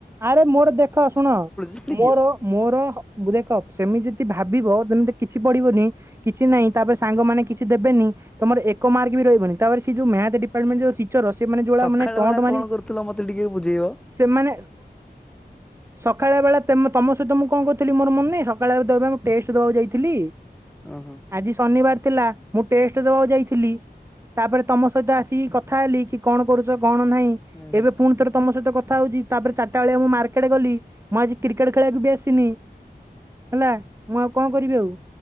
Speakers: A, on the right; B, in the centre.
A: ଆରେ ମୋର ଦେଖ ଶୁଣ
B: ଛାଡି
A: ମୋର
B: ଦିଅ।
A: ମୋର ହ ଦେଖ ସେମିତି ଯ ଦି ଭାବିବ ତମେ ତ କିଛି ପଢିବନି କିଛି ନାଇଁ। ତାପରେ ସାଙ୍ଗମାନେ କିଛି ଦେବେନି। ତମର ଏକ ମାର୍କ ରହିବନି ତାପରେ ସେ ଯୋଉ ମ୍ୟାଥ ଡିପାର୍ଟମେଣ୍ଟ ଯୋଉ ଅଛି। ଟିଚର ସେମାନେ ଯୋଉ ଭଳିଆ
B: ସକାଳ
A: ମାନେ ଟଣ୍ଟ
B: ବେଳା
A: ମାରି
B: କଣ କରୁଥିଲ ମତେ ଟିକେ ବୁଝେଇବ
A: ସେମାନେ ସକାଳେ ବେଳା ତେମେ ତମ ସହିତ ମୁଁ କଣ କରୁଥିଲି ମୋର ମନେନାହିଁ। ସକାଳେ ତେବେ ମୁଁ ଟେଷ୍ଟ ଦବାକୁ ଯାଇଥିଲି।
B: ଓହୋ
A: ଆଜି ଶନିବାର ଥିଲା ମୁଁ ଟେଷ୍ଟ ଦବାକୁ ଯାଇଥିଲି। ତାପରେ ତମ ସହିତ ଆସିକି କଥା ହେଲି କି କଣ କରୁଚ? କଣ ନାହିଁ,
B: ହୁଁ
A: ଏବେ
B: ହୁଁ
A: ପୁଣି ଥରେ ତମ ସହିତ କଥା ହଉଛି। ତାପରେ ଚା ଟା ବେଳିଆ ମୁଁ ମାର୍କେଟ ଗଲି। ମୁଁ ଆଜି କ୍ରିକେଟ ଖେଳିବାକୁ ବି ଆସିନି ହେଲା। ମୁଁ ଆଉ କଣ କରିବି ଆଉ।